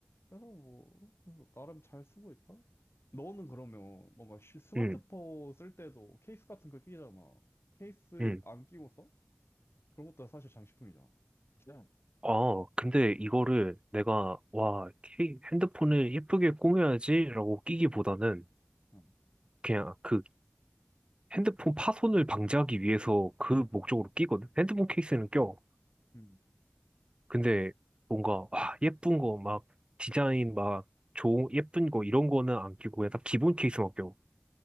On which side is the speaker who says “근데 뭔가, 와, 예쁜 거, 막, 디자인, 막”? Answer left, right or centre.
Right